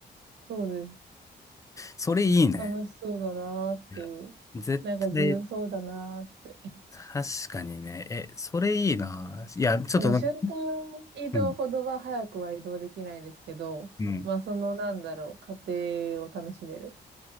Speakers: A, on the right; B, on the left.
A: そうです。
B: それいいね。
A: 楽しそうだなーっていう。
B: いや絶対、
A: なんか自由そうだなーって。
B: 確かにね。え、それいいな。いや、ちょっとなんか、
A: その瞬間移動ほどは早くは移動できないですけど、
B: うん、うん。
A: まあそのなんだろう、過程を楽しめる。